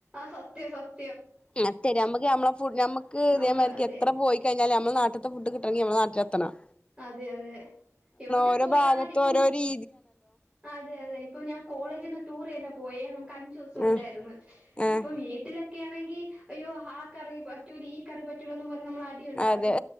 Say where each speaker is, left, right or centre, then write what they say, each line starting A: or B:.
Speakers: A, on the right (about 20°); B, on the left (about 20°).
A: സത്യ സത്
B: അ ശെ നമ്മുക്ക് നമ്മളെ ഫ നമമ്മക്ക് ഇതേമാതി
A: നമ്മള് അതെ
B: എത്ര പോയി കഴിഞ്ഞാ നമ്മൾ നാട്ടത്തെ ഫുഡ് കിട്ട നട്ടിലതണം
A: അതെ അതെ എവിടെ
B: ഓരോ
A: പോയാലിപ്പം
B: ഭാഗത്ത് ഓരോ രി
A: അതെ അതെ ഇപ്പൊ ഞാൻ കോളേജ്ന്ന് ടൂർ തന്നെ പോയാ നമുക്ക് അഞ്ചു ദിവസം ഉണ്ടായിരുന്നു
B: ആഹ് ആഹ്
A: ഇപ്പൊ വീട്ടിലെ കെ യാനാകി അയോ ആ കറി പറ്റൂല്ല ഈ കറി പറ്റൂല്ല എന്നും പറഞ്ഞ് നമ്മ അടി ഉണ്ടാക്കും
B: അതെ